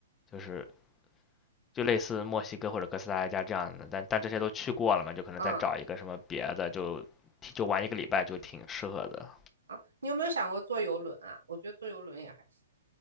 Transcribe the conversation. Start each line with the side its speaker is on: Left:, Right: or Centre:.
Left: 就是就类似墨西哥或者哥斯达黎加这样的，但但这些都去过了嘛，就可能再找一个什么别的，
Right: 嗯
Left: 就就玩一个礼拜就挺适合的。
Right: 啊，你有没有想过坐游轮啊？我觉得坐游轮也还行，